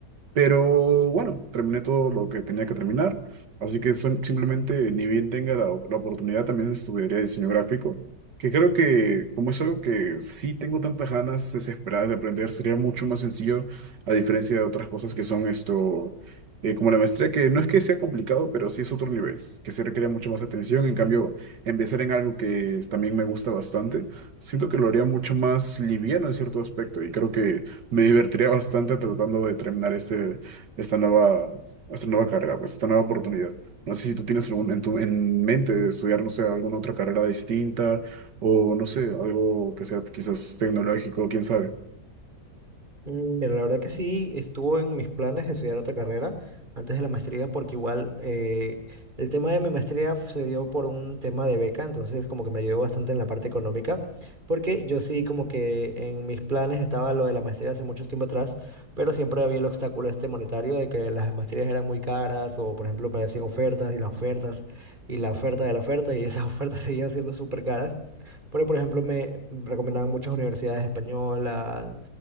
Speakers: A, on the right (about 80°); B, on the right (about 25°).
A: Pero bueno, terminé todo lo que tenía que terminar, así que son, simplemente ni bien tenga la, la oportunidad también estudiaría diseño gráfico, que creo que como es algo que sí tengo tantas ganas desesperadas de aprender, sería mucho más sencillo a diferencia de otras cosas que son esto, eh, como la maestría, que no es que sea complicado, pero sí es otro nivel, que se requiere mucho más atención, en cambio, empezar en algo que es- también me gusta bastante, siento que lo haría mucho más liviano en cierto aspecto y creo que... Me divertiría bastante tratando de terminar este, esta nueva, esta nueva carrera, pues esta nueva oportunidad. No sé si tú tienes algún, en tu, en mente estudiar, no sé, alguna otra carrera distinta o no sé, algo que sea quizás tecnológico, quién sabe.
B: Mm, Pero la verdad que sí, estuvo en mis planes de estudiar otra carrera antes de la maestría, porque igual eh, el tema de mi maestría f- se dio por un tema de beca, entonces como que me ayudó bastante en la parte económica, porque yo sí como que en mis planes estaba lo de la maestría hace mucho tiempo atrás, pero siempre había el obstáculo este monetario de que las maestrías eran muy caras o por ejemplo me hacían ofertas y las ofertas y la oferta de la oferta y esas <laughs> ofertas seguían siendo súper caras, porque por ejemplo me recomendaban muchas universidades españolas